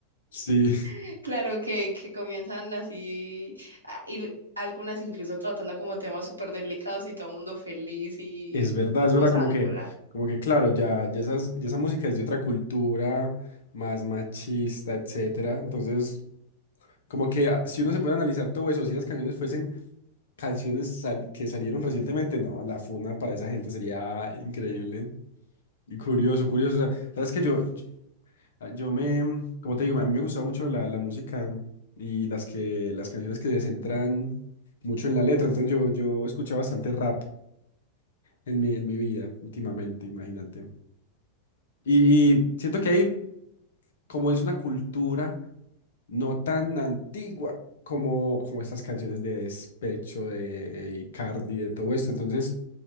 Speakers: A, on the left; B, on the right.
A: Sí,
B: <laughs> claro, que, que comienzan así, a- y algunas incluso tratando como temas súper delicados y todo el mundo feliz y
A: es verdad, es
B: gozándola.
A: verdad. Como que, como que claro, ya, ya esas, ya esa música es de otra cultura, más machista, etcétera. Entonces, como que ah, si uno se puede analizar todo eso, si las canciones fuesen canciones sal- que salieron recientemente, no, la funa para esa gente sería increíble y curioso, curioso. O sea, sabes que yo, yo yo me, como te digo, a mí me gustaba mucho la, la música y las que, las canciones que se centran mucho en la letra. Entonces yo, yo escuché bastante rap en mi, en mi vida últimamente, imagínate. Y, y siento que ahí como es una cultura no tan antigua como, como estas canciones de despecho, de Icardi, de todo esto. Entonces,